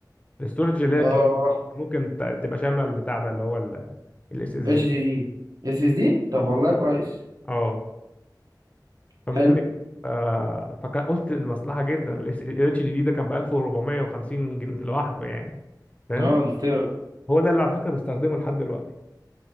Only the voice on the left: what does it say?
الاستورج اللي هي
كبيرة. ممكن ت- تبقى شامله البتاع ده اللي هو الاس اس
دي
اه فالمهم
إيه، آه فكان قلت مصلحه جدا الاتش دي دي ده كان ب 1450 جنيه لوحده يعني فاهم
هو ده اللي على فكره بستخدمه لحد دلوقتي